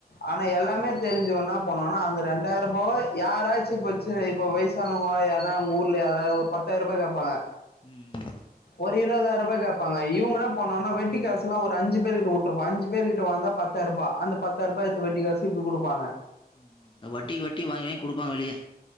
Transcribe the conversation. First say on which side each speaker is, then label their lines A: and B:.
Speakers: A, on the left (about 75°); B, on the left (about 30°).
A: ஆனா
B: ம்
A: எல்லாமே தெரிஞ்சவ என்ன பண்ணுவான்னா அந்த ரெண்டாயிர ரூபாவ யாராச்சு இப்ப வச்சிருக்க இப்ப வயசான அவுங்கள யாருனா உங்க ஊர்ல யாராவது ஒரு பத்தாயிர ரூபா கேப்பாங்க
B: ம் ம்
A: ஒரு இருவதாயிர ரூபா கேப்பாங்க இவுங்க என்ன பண்ணுவாங்கன்னா வட்டிக்காசுல்லா ஒரு அஞ்சு பேர்கிட்ட உட்டுருப்பா அஞ்சு பேர்கிட்ட வந்தா பத் பத்தாய ரூபா அந்த பத்தாய ரூபா எடுத்து வட்டி காச இப்டி குடுப்பாங்க
B: ம் வட்டிக்கு வட்டி வாங்கி வாங்கி குடுப்பாங்க வெளிய